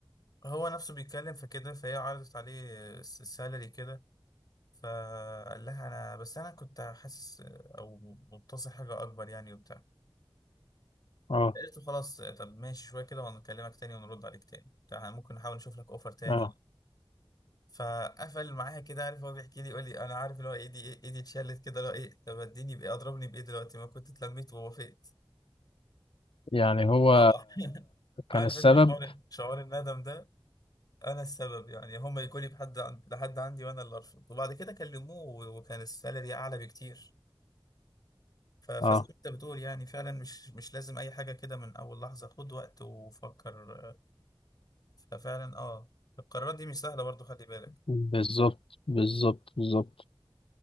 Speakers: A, on the left (about 45°); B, on the left (about 75°).
A: هو نفسه بيتكلم في كده فهي عرضت عليه الس- السالري كده فقال لها انا بس انا كنت حاسس او متصل حاجه اكبر يعني وبتاع
B: اه
A: قلت له خلاص طب ماشي شويه كده وهنكلمك تاني ونرد عليك تاني بتاع إحنا ممكن نحاول نشوف لك اوفر تاني
B: اه
A: فقفل معايا كده عارف هو بيحكي لي يقول لي انا عارف اللي هو ايدي ايدي اتشلت كده اللي هو ايه طب اديني بايه اضربني بايه دلوقتي ما كنت اتلميت ووافقت
B: يعني هو
A: اه <laughs>
B: كان
A: عارف
B: السبب
A: انت شعور شعور الندم ده انا السبب يعني هم يجوا لي بحد عند... لحد عندي وانا اللي ارفض وبعد كده كلموه و- وكان السالري اعلى بكتير ف... فزي
B: اه
A: ما انت بتقول يعني فعلا مش مش لازم اي حاجه كده من اول لحظه خد وقت وفكر ففعلا اه القرارات دي مش سهله برضو خلي بالك
B: بالظبط بالظبط بالظبط